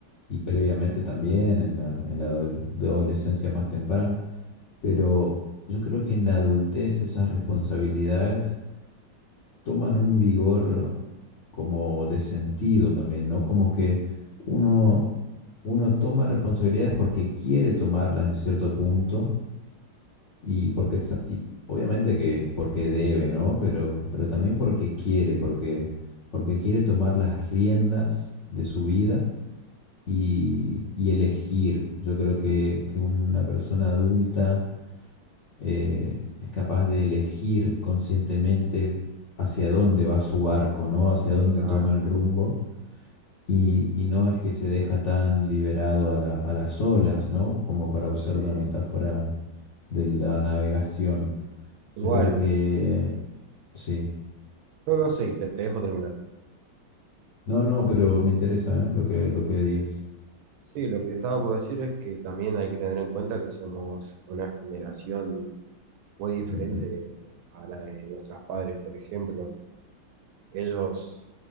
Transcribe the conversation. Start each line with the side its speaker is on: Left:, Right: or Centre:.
Left: y previamente también en la, en la adole- adolescencia más temprana, pero yo creo que en la adultez esas responsabilidades toman un vigor como de sentido también, ¿no? Como que uno, uno toma responsabilidades porque quiere tomarlas en cierto punto y porque, sa- y obviamente que porque debe, ¿no? Pero, pero también porque quiere, porque, porque quiere tomar las riendas de su vida y, y elegir. Yo creo que, que una persona adulta eh, es capaz de elegir conscientemente hacia dónde va su barco, ¿no? Hacia dónde
Right: Claro,
Left: toma el rumbo. Y, y no es que se deja tan liberado a la- a las olas, ¿no? Como para usar
Right: sí.
Left: una metáfora de la navegación.
Right: Igual,
Left: Yo creo que sí.
Right: no, no, sí, te, te dejo terminar.
Left: No, no, pero me interesa, ¿eh? lo que, lo que digas.
Right: Sí, lo que te estaba por decir es que también hay que tener en cuenta que somos una generación muy diferente
Left: Ujú.
Right: a la de nuestros padres, por ejemplo Ellos